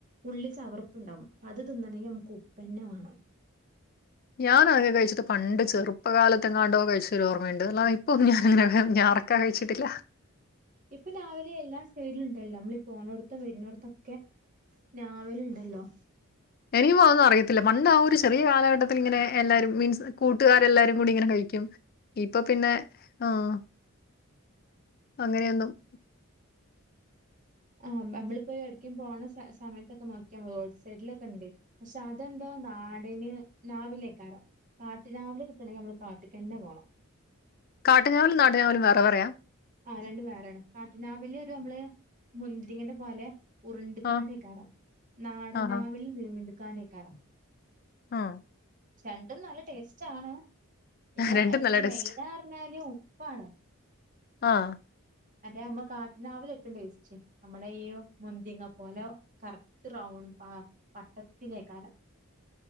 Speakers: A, on the right; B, on the left.
A: ഉള്ളി ചവർപ്പ്ണ്ടാവും അത് തിന്നണെങ്കിയമ്മക്ക് ഉപ്പന്നെ വാണം
B: ഞാനാകെ കഴിച്ചത് പണ്ട് ചെറുപ്പ കാലത്തെങ്ങാണ്ടോ കഴിച്ചൊരോർമ്മയുണ്ട് അല്ലാതെ ഇപ്പൊന്നു ഞാനങ്ങനെ <unintelligible> കഴിച്ചിട്ടില്ല
A: ഇപ്പം ഞാവലെ എല്ലാ സൈഡിലിണ്ടല്ലോ അമ്മളീ പോന്നോട്ത്തും വരുന്നോട്ത്തൊക്കെ ഞാവല്ണ്ടല്ലോ
B: എനിക്കിപോ അഒന്നുഅറിയത്തില്ല പണ്ട് ആ ഒരു ചെറിയ കാലഘട്ടത്തിലിങ്ങനെ എല്ലാരും മീൻസ് കൂട്ടുകാരെല്ലാരും കൂടിയിങ്ങനെ കഴിക്കും ഇപ്പൊ പിന്നെ ആഹ് അങ്ങനെയൊന്നും <inaudible>
A: ആ മ്മ അമ്മളിപ്പോ ഏട്കേ പോണ സ സമയത്തൊക്കെ നോക്കിയാ റോഡ്സൈഡിലൊക്കെണ്ട് പഷേ അതെന്തോ നാടന് ഞാവിലേക്കാരോ കാട്ട് ഞാവല് കിട്ടണെങ്കിയമ്മള് കാട്ട്ക്കന്നെ പോണം
B: കാട്ട് ഞാവലും നാട്ടു ഞാവലും വേറ വേറെയാ?
A: ആ രണ്ടും വേറെയാണ് കാട്ട് ഞാവല് ഒരു ഞമ്മള് മുന്തിരിങ്ങന്റെ പോലെ ഉര്ണ്ട്ക്കാണ്ടിക്കറാം
B: ആഹ്
A: നാടൻഞ്ഞാവല്
B: ആഹാ
A: നീണ്ട്ക്കാണ്ട് ആയ്ക്കാരം
B: ആഹ്
A: രണ്ടും നല്ല ടേസ്റ്റ് ആണ് പിന്നെ
B: രണ്ടും നല്ല
A: ഈ
B: ടേസ്റ്റാ.
A: മെയിന പറഞ്ഞാല് ഉപ്പാണ്
B: ആഹ്
A: അതെ ഞമ്മ കാട്ടിഞാവലാ ഏറ്റവും ടെസ്റ്റ് നമ്മള ഈ മുന്തിങ്ങ പോലെ കറക്റ്റ് റൗണ്ട് പ വട്ടത്തിലേയ്ക്കാരം